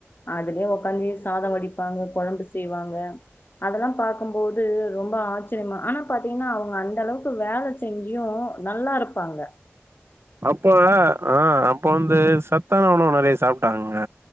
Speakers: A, on the left (about 50°); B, on the right (about 65°).
A: அதுலயே ஒக்காந்து சாத வடிப்பாங்க கொழம்பு செய்வாங்க அதெல்லா பாக்கும்போது ரொம்ப ஆச்சரியமா ஆனா பாத்திங்னா அவுங்க அந்தளவுக்கு வேல செஞ்சு நல்லாருப்பாங்க
B: அப்ப ஆ அப்ப வந்து சத்தான உணவு நறைய சாப்டாங்கங்க